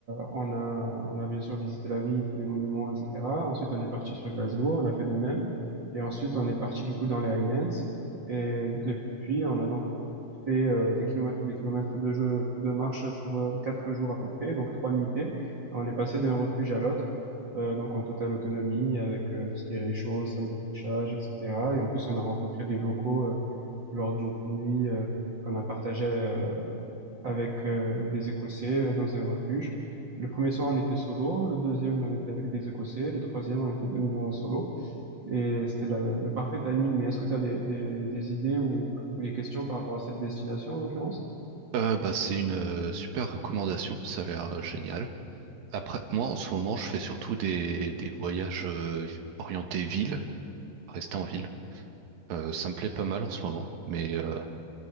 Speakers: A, on the right; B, on the right.
A: on a, on a bien sûr visité la ville, tous les monuments, etc. Ensuite, on est parti sur Glasgow, on a fait de même. Et ensuite, on est parti du coup dans les Highlands. Et depuis, on a donc fait euh, des kilomètres et des kilomètres de jeu, de marche sur euh, quatre jours à peu près, donc trois nuitées. Et On est passé d'un refuge à l'autre, euh, donc en totale autonomie, avec euh, tout ce qui est réchaud, sac de couchage, etc. Et en plus, on a rencontré des locaux euh, lors d'une nuit euh, qu'on a partagée euh, avec euh, des Écossais euh, dans un refuge. Le premier soir, on était solo. Le deuxième, on était avec des Écossais. Le troisième, on était de nouveau en solo. Et c'était la- le parfait timing. Mais est-ce que tu as des, des, des idées ou, ou des questions par rapport à cette destination, en l'occurrence?
B: Euh, bah, c'est une euh, super recommandation, ça a l'air euh, génial. Après, moi en ce moment, je fais surtout des, des voyages euh, orientés ville, rester en ville. Euh, ça me plaît pas mal en ce moment, mais euh,